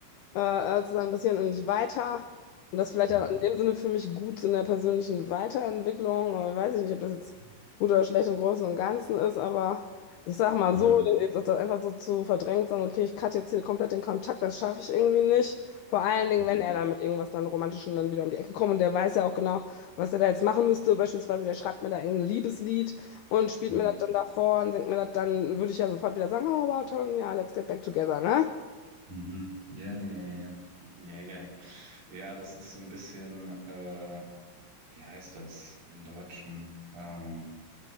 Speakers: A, on the left; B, on the right.
A: äh, äh, zu sagen, bisschen und nicht weiter. Und das vielleicht
B: Mhm.
A: auch in dem Sinne für mich gut in der persönlichen Weiterentwicklung. Aber weiß ich nicht, ob das jetzt
B: Ja.
A: gut oder schlecht im Großen und Ganzen ist, aber ich sag mal
B: Mhm.
A: so, jetzt ist das einfach so zu verdrängt, sagen, okay, ich cutte jetzt hier komplett den Kontakt, das schaffe ich irgendwie nicht. Vor allen Dingen,
B: Mhm.
A: wenn er dann mit irgendwas dann Romantischem dann wieder um die Ecke kommt und der weiß ja auch genau, was er da jetzt machen müsste. Beispielsweise, der schreibt mir da irgendein Liebeslied und spielt
B: Mhm.
A: mir das dann davor und singt mir das, dann würde ich ja sofort wieder sagen, oh wow, toll, ja, let's get back together, ne?
B: Mhm. Ja, ja, ja, ja, ja, ja. Ja, das ist so ein bisschen, äh, wie heißt das im Deutschen? Ähm,